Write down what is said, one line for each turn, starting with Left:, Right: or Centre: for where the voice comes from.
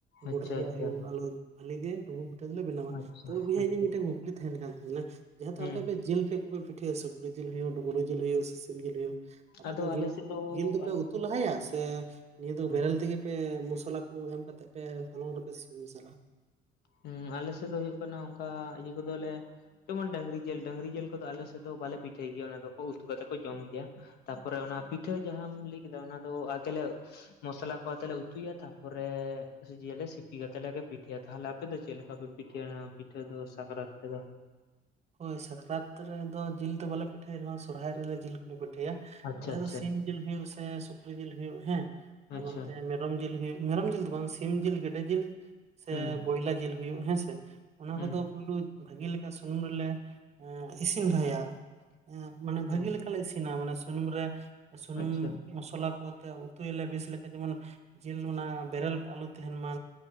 Right: ᱜᱩᱲ
Left: ᱟᱪᱪᱷᱟ
Right: ᱨᱮᱭᱟᱜ
Left: ᱟᱪᱪᱷᱟ
Right: ᱦᱩᱭᱩᱜ ᱟᱞᱮ ᱵᱷᱟᱞᱤ ᱜᱮ ᱰᱩᱸᱵᱩᱜ ᱯᱤᱴᱷᱟᱹ ᱫᱚᱞᱮ ᱵᱮᱱᱟᱣᱟ
Left: ᱟᱪᱪᱷᱟ
Right: ᱛᱚ ᱵᱚᱭᱦᱟ
Left: ᱟᱪᱪᱷᱟ
Right: ᱤᱧ ᱢᱤᱫᱴᱮᱱ ᱠᱩᱠᱞᱤ ᱛᱟᱦᱮᱱ ᱠᱟᱱ ᱛᱤᱧᱟᱹ ᱡᱟᱦᱟᱸᱛ
Left: ᱦᱩᱸ
Right: ᱫᱚ ᱟᱯᱮ ᱡᱤᱞ ᱯᱮ ᱠᱚ ᱯᱤᱴᱷᱟᱹᱭᱟ ᱥᱩᱠᱨᱤ ᱡᱤᱞ ᱦᱩᱭᱩᱜ ᱜᱩᱰᱩ ᱡᱤᱞ ᱦᱩᱭᱩᱜ ᱥᱮ ᱥᱤᱢ ᱡᱤᱞ ᱦᱩᱭᱩᱜ ᱟᱯᱮ
Left: ᱟᱫᱚ
Right: ᱫᱚ
Left: ᱟᱞᱮ
Right: ᱡᱤ
Left: ᱥᱮᱫ ᱫᱚ
Right: ᱡᱤᱞ ᱫᱚᱯᱮ
Left: ᱟᱞᱮ
Right: ᱩᱛᱩ
Left: ᱥᱮᱫ
Right: ᱞᱟᱦᱟᱭᱟ ᱥᱮ ᱱᱤᱭᱟᱹ ᱫᱚ
Left: ᱦᱩᱸ
Right: ᱵᱮᱨᱮᱞ ᱛᱮᱜᱮ ᱥᱮ ᱢᱚᱥᱞᱟ ᱠᱚ ᱮᱢ ᱠᱟᱛᱮ ᱯᱮ ᱦᱚᱞᱚᱝ ᱨᱮᱯᱮ ᱥᱤᱯᱤ ᱢᱮᱥᱟᱞᱟ
Left: ᱦᱩ ᱟᱞᱮᱥᱮᱫ ᱫᱚ ᱦᱩᱭᱩᱜ ᱠᱟᱱᱟ ᱚᱱᱠᱟ ᱤᱭᱟᱹ ᱠᱚᱫᱚᱞᱮ ᱡᱮᱢᱚᱱ ᱰᱟᱹᱝᱨᱤ ᱡᱤᱞ ᱰᱟᱹᱝᱨᱤ ᱡᱤᱞ ᱠᱚᱫᱚ ᱟᱞᱮ ᱥᱮᱫ ᱫᱚ ᱵᱟᱞᱮ ᱯᱤᱴᱷᱟᱹᱭ ᱜᱮᱭᱟ ᱚᱱᱟ ᱫᱚ ᱩᱛᱩ ᱠᱟᱛᱮᱫ ᱠᱚ ᱡᱚᱢ ᱜᱮᱭᱟ᱾ ᱛᱟᱯᱚᱨᱮ ᱚᱱᱟ ᱯᱤᱴᱷᱟᱹ ᱡᱟᱦᱟᱸᱟᱢ ᱞᱟᱹᱭ ᱠᱮᱫᱟ ᱚᱱᱟ ᱫᱚ ᱟᱜᱮᱞᱮ ᱢᱚᱥᱞᱟ ᱠᱚ ᱟᱛᱮ ᱞᱮ ᱩᱛᱩᱭᱟ ᱛᱟᱯᱚᱨᱮ ᱫᱤᱭᱟᱹᱞᱮ ᱥᱤᱯᱤ ᱠᱟᱛᱮ ᱞᱮ ᱯᱤᱴᱷᱟᱹᱭᱟ ᱛᱟᱦᱞᱮ ᱟᱯᱮ ᱫᱚ ᱪᱮᱫ ᱞᱮᱠᱟ ᱯᱮ ᱯᱤᱴᱷᱟᱹᱭᱟ ᱱᱚᱣᱟ ᱯᱤᱴᱷᱟᱹ ᱫᱚ ᱥᱟᱠᱨᱟᱛ ᱨᱮᱫᱚ?
Right: ᱦᱳᱭ ᱥᱟᱠᱨᱟᱛ ᱨᱮᱫᱚ ᱡᱤᱞ ᱫᱚ ᱵᱟᱞᱮ ᱯᱤᱴᱷᱟᱹᱭ ᱨᱮᱦᱚᱸ ᱥᱚᱨᱦᱟᱭ ᱨᱮᱞᱮ ᱡᱤᱞ ᱠᱚ ᱠᱚ ᱯᱤᱴᱷᱟᱹᱭᱟ
Left: ᱟᱪᱪᱷᱟ
Right: ᱡᱟᱦᱟᱸ
Left: ᱟᱪᱪᱷᱟ
Right: ᱫᱚ ᱥᱤᱢ ᱡᱤᱞ ᱦᱩᱭᱩᱜ ᱥᱮ ᱥᱩᱠᱨᱤ ᱡᱤᱞ ᱦᱩᱭᱩᱜ ᱦᱮᱸ ᱟᱨ
Left: ᱟᱪᱪᱷᱟ
Right: ᱚᱱᱛᱮ ᱢᱮᱨᱚᱢ ᱡᱤᱞ ᱦᱩᱭᱩᱜ ᱢᱮᱨᱚᱢ ᱡᱤᱞ ᱫᱚ ᱵᱟᱝ ᱥᱤᱢ ᱡᱤᱞ ᱜᱮᱰᱮ ᱡᱤᱞ ᱥᱮ
Left: ᱦᱩᱸ
Right: ᱵᱚᱭᱞᱟ ᱡᱤᱞ ᱦᱩᱭᱩᱜ ᱦᱮᱸᱥᱮ ᱚᱱᱟ
Left: ᱦᱩᱸ
Right: ᱠᱚᱫᱚ ᱯᱳᱭᱞᱳ ᱵᱷᱟᱹᱜᱤ ᱞᱮᱠᱟ ᱥᱩᱱᱩᱢ ᱨᱮᱞᱮ ᱤᱥᱤᱱ ᱞᱟᱦᱟᱭᱟ ᱢᱟᱱᱮ
Left: ᱦᱩᱸ
Right: ᱵᱷᱟᱹᱜᱤ ᱞᱮᱠᱟᱞᱮ ᱤᱥᱤᱱᱟ ᱢᱟᱱᱮ ᱥᱩᱱᱩᱢ ᱨᱮ ᱥᱩᱱᱩᱢ
Left: ᱟᱪᱪᱷᱟ
Right: ᱢᱚᱥᱞᱟ ᱠᱚ ᱛᱮ ᱩᱛᱩᱟᱭᱞᱮ ᱵᱮᱥ ᱞᱮᱠᱟ ᱡᱮᱢᱚᱱ ᱡᱤᱞ ᱚᱱᱟ ᱵᱮᱨᱮᱞ ᱟᱞᱚ ᱛᱟᱦᱮᱱ ᱢᱟ